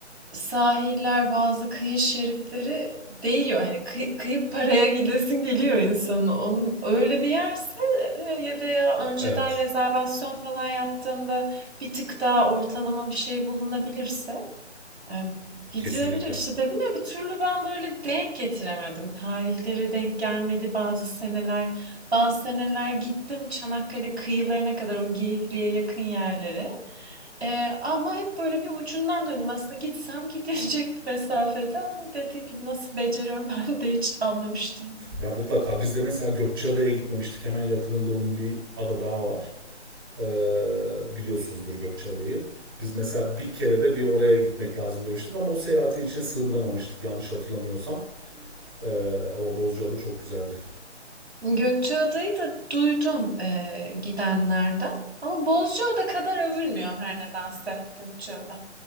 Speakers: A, on the right; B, on the right.
A: sahiller, bazı kıyı şeritleri değiyor. Hani kı- kıyıp paraya gidesin geliyor insanın. Onun, öyle bir yerse e, ya veya önceden
B: Evet.
A: rezervasyon falan yaptığımda bir tık daha ortalama bir şey bulunabilirse e, gidilebilir.
B: Kesinlikle.
A: İşte dedim ya bir türlü ben böyle denk getiremedim. Tarihleri denk gelmedi bazı seneler. Bazı seneler gittim Çanakkale kıyılarına kadar o Geyikli'ye yakın yerlere. Eee, ama hep böyle bir ucundan döndüm. Aslında gitsem <laughs> gidilecek bir mesafede ama dediğim gibi nasıl beceriyorum <laughs> ben de hiç anlamış değilim.
B: Ya mutlaka biz de mesela Gökçeada'ya gitmemiştik. Hemen yakınında onun bir ada daha var. Ee, biliyorsunuzdur Gökçeada'yı. Biz mesela bir kere de bir oraya gitmek lazım demiştik ama o seyahatin içine sığdıramamıştık yanlış hatırlamıyorsam. Ee, ama Bozcaada çok güzeldi.
A: Gökçeada'yı da duydum eee, gidenlerden. Ama Bozcaada kadar övülmüyor her nedense Gökçeada.